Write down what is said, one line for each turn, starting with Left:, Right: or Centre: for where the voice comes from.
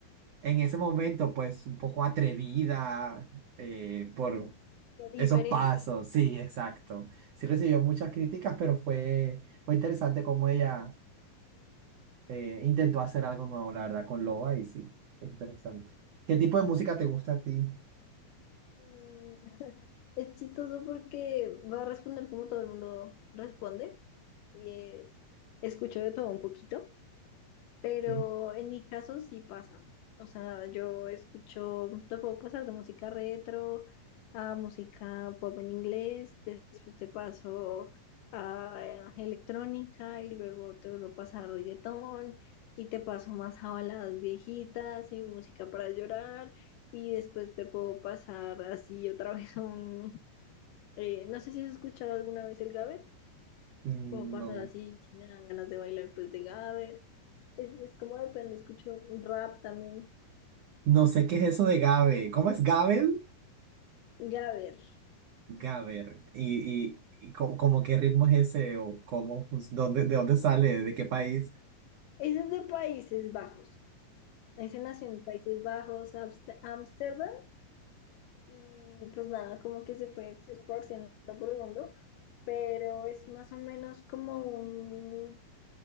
Right: en ese momento, pues un poco atrevida eh, por
Left: diferente.
Right: esos pasos, sí, exacto. Sí recibió muchas críticas, pero fue, fue interesante cómo ella eh, intentó hacer algo nuevo, la verdad, con Loba y sí, es interesante. ¿Qué tipo de música te gusta a ti?
Left: Mm, <laughs> Es chistoso porque va a responder como todo el mundo responde y es, escucho de todo un poquito. Pero
Right: Sí.
Left: en mi caso sí pasa. O sea, yo escucho, te puedo pasar de música retro a música pop en inglés, después te paso a electrónica y luego te vuelvo a pasar a reggaetón y te paso más a baladas viejitas y música para llorar y después te puedo pasar así otra <laughs> vez a un... eh, no sé si has escuchado alguna vez el Gaber,
Right: Mm,
Left: puedo pasar
Right: No,
Left: así si me dan ganas de bailar pues de Gaber. Es, es como depende, escucho un rap también.
Right: no sé qué es eso de Gabe. ¿Cómo es Gabel?
Left: Ya a ver,
Right: Gaber. ¿Y, y, y cómo, cómo qué ritmo es ese o cómo, fun- dónde, de dónde sale, de qué país?
Left: ese es de Países Bajos. Ese nació en Países Bajos, Amste- Ámsterdam, y pues nada, como que se fue esparciendo por el mundo, pero es más o menos como un